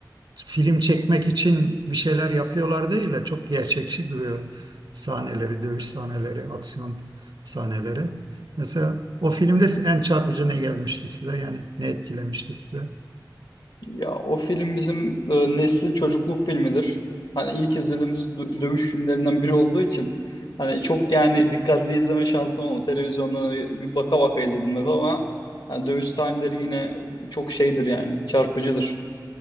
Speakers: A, on the right; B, on the left.
A: film çekmek için bir şeyler yapıyorlar değil de çok gerçekçi duruyor sahneleri, dövüş sahneleri, aksiyon sahneleri. Mesela o filmde en çarpıcı ne gelmişti size? Yani ne etkilemişti size?
B: Ya o film bizim e, neslin çocukluk filmidir. Hani ilk izlediğimiz dö- dövüş filmlerinden biri olduğu için hani çok yani dikkatli izleme şansım olmadı. Televizyondan baka baka izledim hep ama yani dövüş sahneleri yine çok şeydir yani çarpıcıdır.